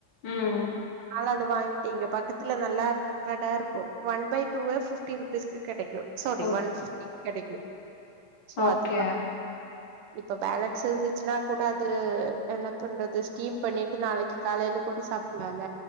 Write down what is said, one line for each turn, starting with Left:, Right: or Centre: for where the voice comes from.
Left: ம் ம்
Right: அல அது வாங்கிட்டீங் இங்க பக்கத்துல நல்லா இர் கடா இருக்கு ஒன் பை டூவே பிப்டி ருபீஸ்க்கு கெடைக்கு சாரி
Left: ஓ
Right: ஒன் பிப்டி கெடைக்கு சோ
Left: ஓகே
Right: அது வந்து இப்ப பேலன்ஸ் இருந்துச்சுனா கூட அது என்ன பண்றது ஸ்டீம் பண்ணி து நாளைக்கி காலைல கூட சாப்ட்லால